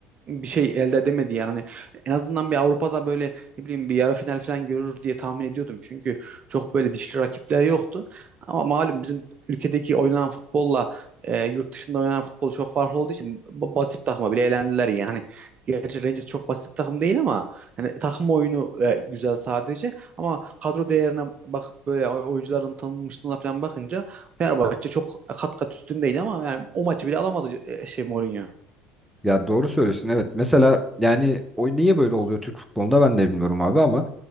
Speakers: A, on the right; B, in the centre.
A: bir şey elde edemedi yani. Hani en azından bir Avrupa'da böyle ne bileyim bir yarı final falan görür diye tahmin ediyordum. Çünkü çok böyle dişli rakipler yoktu. Ama malum bizim ülkedeki oynanan futbolla e, yurt dışında oynanan futbol çok farklı olduğu için ba- basit takıma bile elendiler yani. Hani Gerçi Rangers çok basit bir takım değil ama hani takım oyunu e, güzel sadece. Ama kadro değerine bakıp böyle oy- oyuncuların tanınmışlığına falan bakınca Fenerbahçe çok kat kat üstündeydi ama yani o maçı bile alamadı e, şey Mourinho.
B: Ya doğru söylüyorsun evet. Mesela yani o niye böyle oluyor Türk futbolunda ben de bilmiyorum abi ama